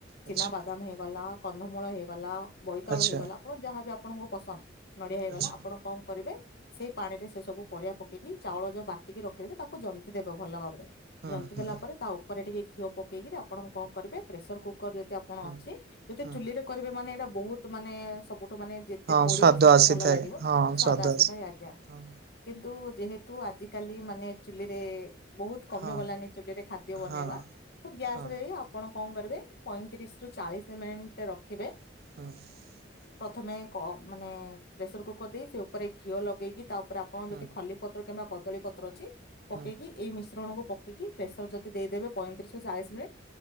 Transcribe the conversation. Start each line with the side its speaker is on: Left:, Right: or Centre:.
Left: ଚିନାବାଦାମ
Right: ଆଚ୍ଛା
Left: ହେଇଗଲା କନ୍ଧମୂଳ ହେଇଗଲା ବୋଇତାଳୁ
Right: ଆଚ୍ଛା
Left: ହେଇଗଲା। ଆପଣ ଯାହାବି ଆପଣଙ୍କୁ ପସନ୍ଦ ନଡିଆ ହେଇଗଲା
Right: ଆଚ୍ଛା
Left: ଆପଣ କଣ କରିବେ ସେଇ ପାଣି ରେ ସେ ସବୁ ପରିବା ପକେଇକି ଚାଉଳ ଯୋଉ ବାଟିକି ରଖିଦେବେ ତାକୁ ଜନ୍ତି ଦେବେ ଭଲ ଭାବରେ।
Right: ହୁଁ
Left: ଜନ୍ତି
Right: ହୁଁ
Left: ଦେଲା ପରେ ତା ଉପରେ ଟିକେ ଘିଅ ପକେଇକିରି ଆପଣ କଣ କରିବେ ପ୍ରେସର କୁକର ଯଦି କଣ
Right: ହୁଁ
Left: ଅଛି ଯଦି
Right: ହୁଁ
Left: ଚୁଲିରେ କରିବେ ମାନେ ଏଇଟା ବହୁତ ମାନେ ସବୁଠୁ ମାନେ ଯେ ଯେତେ
Right: ହଁ
Left: ପୋଡିବ
Right: ସ୍ଵାଦ
Left: ସେତେ
Right: ଆସିଥାଏ
Left: ଭଲ ଲାଗିବ
Right: ହଁ
Left: ସ୍ଵାଦ ଆସିଥାଏ
Right: ଆସି
Left: ଆଜ୍ଞା।
Right: ହଁ
Left: କିନ୍ତୁ ଯେହେତୁ ଆଜିିକାଲି ମାନେ ଚୁଲିରେ ବହୁତ କମି
Right: ହଁ
Left: ଗଲାନି ଚୁଲିରେ ଖାଦ୍ୟ ବନେଇବା
Right: ହଁ
Left: ତ ଗ୍ୟାସ
Right: ହଁ
Left: ରେ ଆପଣ କଣ କରିବେ ପଇଁତିରିଶ ରୁ ଚାଳିଶ ମିନିଟ୍ ରଖିବେ।
Right: <inaudible>
Left: ପ୍ରଥମେ ମାନେ ପ୍ରେସର କୁକର ଦେଇ ସେ ଉପରେ ଘିଅ ଲଗେଇକି ତା ଉପରେ ଆପଣ
Right: ହଁ
Left: ଯଦି ଖଲି ପ ପତ୍ର କିମ୍ବା କଦଳୀ ପତ୍ର ଅଛି
Right: ହଁ
Left: ପକେଇକି ଏଇ ମିଶ୍ରଣକୁ ପକେଇକି ପ୍ରେସର ଯଦି ଦେଇଦେବେ ପଇଁତିରିଶରୁୁ ଚାଳିଶ ମିନିଟ୍